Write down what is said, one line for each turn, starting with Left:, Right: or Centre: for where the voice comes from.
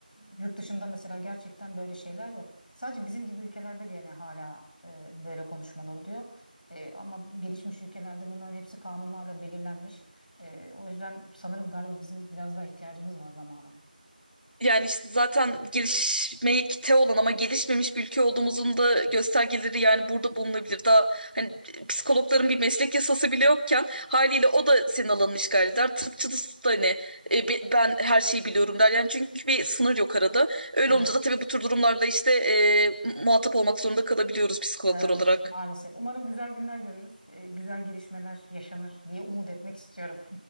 Left: Yurt dışında mesela gerçekten böyle şeyler yok. Sadece bizim gibi ülkelerde gene hala e, böyle konuşmalar oluyor. E, ama gelişmiş ülkelerde bunların hepsi kanunlarla belirlenmiş. E, o yüzden sanırım galiba bizim biraz daha ihtiyacımız var zamana.
Right: Yani işte zaten gelişmekte olan ama gelişmemiş bir ülke olduğumuzun da göstergeleri yani burada bulunabilir. Daha hani psikologların bir meslek yasası bile yokken haliyle o da senin alanını işgal eder. Tıpçısı da hani e, be- ben her şeyi biliyorum der. Yani çünkü bir sınır yok arada. Öyle
Left: Evet,
Right: olunca da tabii bu tür durumlarla işte e, muhatap olmak zorunda kalabiliyoruz psikologlar
Left: evet
Right: olarak.
Left: maalesef. Umarım güzel günler görürüz, e, güzel gelişmeler yaşanır diye umut etmek istiyorum.